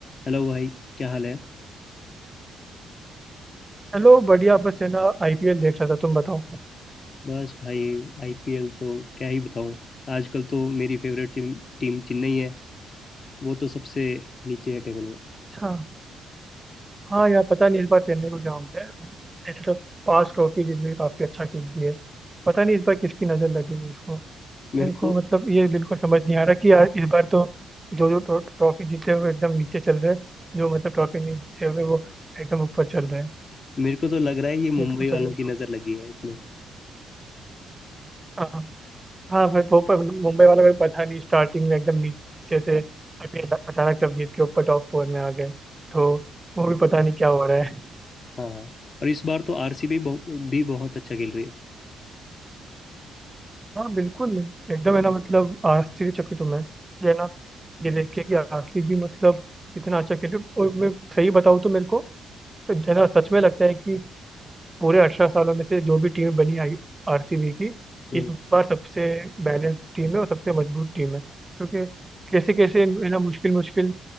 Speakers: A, on the left; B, on the right.
A: Hello भाई क्या हाल है
B: Hello बढ़िया बस है ना आईपीएल देख रहा था तुम बताओ
A: बस भाई आईपीएल तो क्या ही बताऊं आजकल तो मेरी फेवरेट टीम टीम चेन्नई है वो तो सबसे नीचे है टेबल में
B: अच्छा हाँ यार पता नहीं इस बार चेन्नई को क्या हो गया है। ऐसे तो पांच ट्रॉफी जीत गई काफी अच्छा खेलती है पता नहीं इस बार किसकी नजर लग गई है इसको
A: मेरे
B: मेरे को
A: को
B: मतलब ये बिल्कुल समझ नहीं आ रहा कि यार इस बार तो जो जो ट्रॉ- ट्रॉफी जीते हुए एकदम नीचे चल रहे हैं जो मतलब ट्रॉफी नहीं जीते हुए वो एकदम ऊपर चल रहे हैं
A: मेरे को तो लग रहा है ये
B: ये
A: मुंबई
B: तो कुछ
A: वालों
B: अलग ही
A: की
B: हो
A: नज़र लगी है इसमें
B: हाँ हाँ भाई वो पर मुंबई वालों को पता नहीं स्टार्टिंग में एकदम नीचे थे अभी अचानक सब जीत के ऊपर टॉप फोर में आ गए तो वो भी पता नहीं क्या हो रहा है
A: हाँ और इस बार तो आरसीबी भी बहुत अच्छा खेल रही है
B: हाँ बिल्कुल एकदम है ना मतलब आश्चर्यचकित हूँ मैं ये है ना ये देख के कि आसिफ भी मतलब इतना अच्छा खेले और मैं सही बताऊँ तो मेरे को तो है ना सच में लगता है कि पूरे अठारह सालों में से जो भी टीम बनी आई आरसीबी की
A: हम्म
B: इस बार सबसे बैलेंस टीम है और सबसे मजबूत टीम है क्योंकि कैसे कैसे है ना मुश्किल मुश्किल